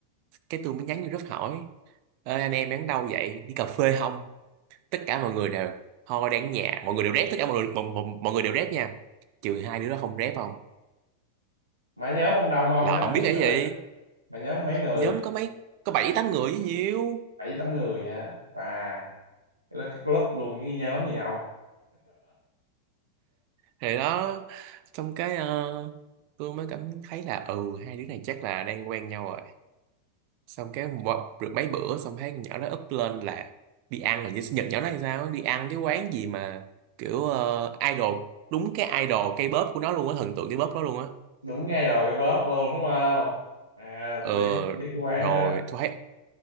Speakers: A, on the right; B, on the right.
A: cái tôi mới nhắn vô group hỏi Ê, anh em đang đâu vậy đi cà phê không tất cả mọi người đều thôi đang ở nhà mọi người đều rep tất cả mọi người mọi, mọi, mọi người đều rep nha trừ hai đứa đó không rep không
B: mà nhớ mông đồng không
A: là
B: nhớ
A: không
B: mấy
A: biết
B: người
A: cái gì
B: mà nhớ mấy người
A: nhóm có mấy có bảy tám người với nhiêu
B: bảy tám người hả và cái đó cái club luôn với cái nhóm gì không
A: thì đó xong cái ờ, tôi mới cảm thấy là ừ hai đứa này chắc là đang quen nhau rồi xong cái một, được mấy bữa xong thấy con nhỏ đó up lên là đi ăn là như sinh nhật nhỏ đó hay sao á, đi ăn cái quán gì mà kiểu ờ, idol đúng cái idol cây bóp của nó luôn á thần tượng cây bóp đó luôn á
B: đúng ngay rồi cái bóp luôn đúng không à
A: ờ
B: tôi biết tôi biết cái quán
A: rồi
B: đó
A: tôi thấy